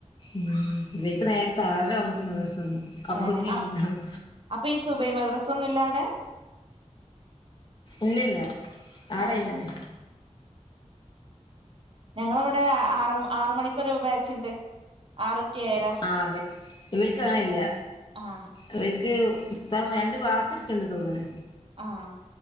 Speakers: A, on the left (about 40°); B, on the right (about 45°).
A: ഉ ഇവർക്ക്‌ നേരത്തെ ആറരയാകുമ്പത്തേക്കും മദ്ര അപ്പൊതിന്
B: ഏഹ്
A: എണീക്കണം
B: അപ്പൊ ഈ സുബൈ മദ്രസ ഒന്നുല്ല അവിടെ
A: ഇല്ല ഇല്ല ആ
B: ഏഹ്
A: ടൈമന്നെ
B: ഞങ്ങളവിടെ ആറ ആറ മണിക്കൊരു ബാച്ച് ഉണ്ട് ആറ് ടു ഏഴര
A: ആ ഇവർക്ക് അങ്ങനെയില്ല
B: ആഹ്
A: ഇവർ ഇവർക്ക് ഉസ്താതന്മാര് രണ്ട് ക്ലാസ്ടുക്കണ്ട് തോന്നണ്
B: ആഹ്